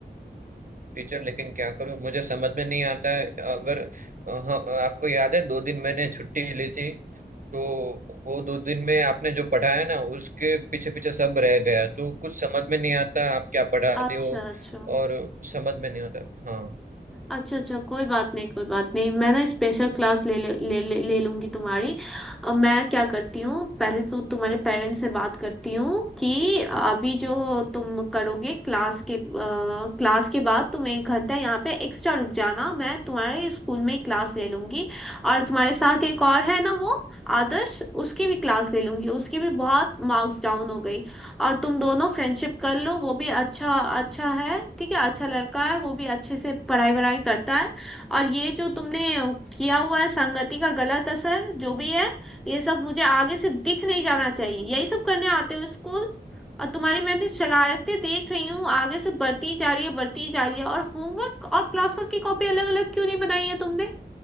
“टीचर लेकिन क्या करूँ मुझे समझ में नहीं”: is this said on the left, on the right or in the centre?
Right